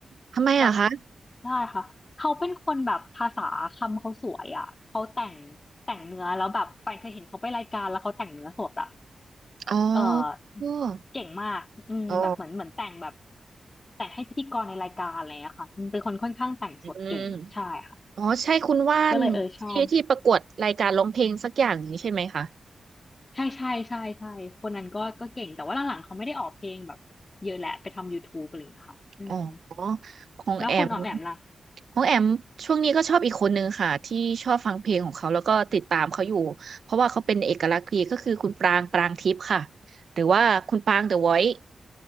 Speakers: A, on the right; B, on the left.
A: ทำไมอะคะ
B: กับใช่ค่ะเขาเป็นคนแบบภาษาคำเขาสวยอ่ะเขาแต่งแต่งเนื้อแล้วแบบไปานเคยเห็นเขาไปรายการแล้วเขาแต่งเนื้อสดอ่ะ
A: อ๋อ
B: เออ
A: ออ
B: เก่งมากอืมแบบเหมือนเหมือนแต่งแบบ
A: อ๋อ
B: แต่งให้พิธีกรในรายการอะไรอะค่ะอืมเป็นคนค่อนข้างแต่งสดเก่งใช่ค่ะ
A: อืมอ๋อใช่คุณว่านที่ที่ประกวดรายการร้องเพลงสักอย่างนี้ใช่ไหมคะ
B: ก็เลยเออชอบใช่ใช่ใช่ใช่คนนั้นก็ก็เก่งแต่ว่าหลังๆเขาไม่ได้ออกเพลงแบบเยอะแหละไปทำ YouTube อะไรอย่างเงี้ยค่ะอืม
A: อ๋อของแอม
B: แล้วคุณออมแอมล่ะ
A: ของแอมช่วงนี้ก็ชอบอีกคนนึงค่ะที่ชอบฟังเพลงของเขาแล้วก็ติดตามเขาอยู่เพราะว่าเขาเป็นเอกลักษณ์ดีก็คือคุณปรางปรางทิพย์ค่ะหรือว่าคุณปรางเดอะวอยซ์